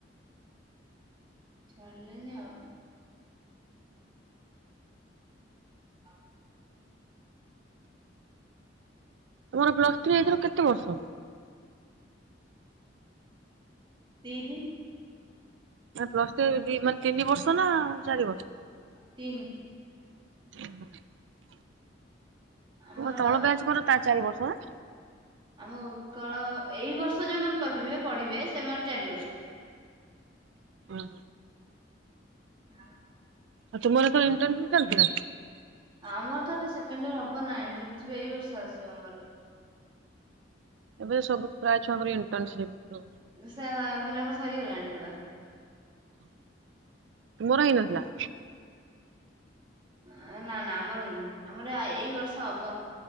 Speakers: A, on the right; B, on the right.
A: ଛାଡ଼ିଲେନି ଆଉ। ହଁ।
B: ତମର ପ୍ଲସ ଥ୍ରୀ ଏଥର କେତେ ବର୍ଷ?
A: ତିନି।
B: ପ୍ଲସ ଟ ଦି ମାନେ ତିନି ବର୍ଷ ନା ଚାରି ବର୍ଷ?
A: ତିନି।
B: <inaudible>
A: ଆମର
B: ତୁମ ତଳ ବ୍ୟାଜ କର ତା ଚାରି ବର୍ଷ ନା
A: ଆମ ଉତ୍କଳ ଏଇ ବର୍ଷ ଯୋଉମାନେ ପଢିବେ ପଢିବେ ସେମାନେ ଚାରି ବର୍ଷ ପଢିବେ
B: ହଁ।
A: <inaudible>
B: ଆଉ ତୁମର ଏ ଇଣ୍ଟନଚାଲିଛି ନା?
A: ଆମର ତ ଏ ସେକେଣ୍ଡ ୟର ହବ ନାଇଣ୍ ଇଣ୍ଟର୍ନସିପ୍ ଏଇ ବର୍ଷ ଆସ ଆମର
B: ଏବେ ସବୁ ପ୍ରାୟ ଛୁଆଙ୍କର ଏ ଇଣ୍ଟର୍ନସିପ୍
A: ଦ ସେ ପିଲାଙ୍କର ସରି ଗଲାଣି ସେଉଡା।
B: <inaudible> ତୁମର ହେଇନଥିଲା।
A: ନା ନା ଆମର ହେଇନି ଆମର ଏଇ ବର୍ଷ ହବ